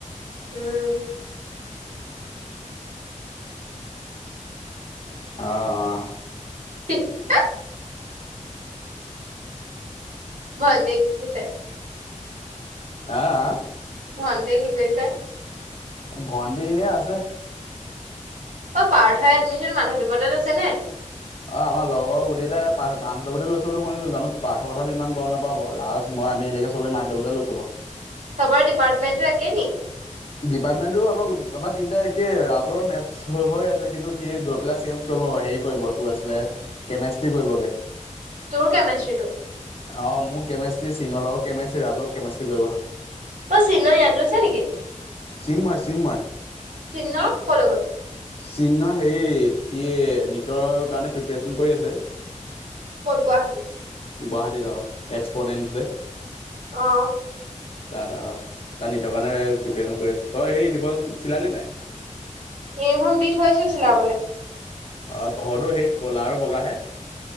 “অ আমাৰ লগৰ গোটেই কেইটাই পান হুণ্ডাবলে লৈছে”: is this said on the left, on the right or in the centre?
Left